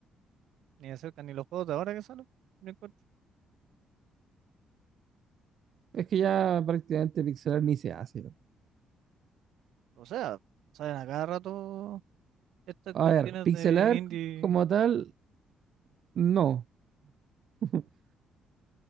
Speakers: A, on the right; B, on the right.
A: Ni de cerca, ni los juegos de ahora que salen. ni encuentro.
B: Es que ya prácticamente pixelar ni se hace.
A: O sea, salen a cada rato estas
B: A
A: cuestiones
B: ver, pixelar
A: de indie.
B: como tal, no. <laughs>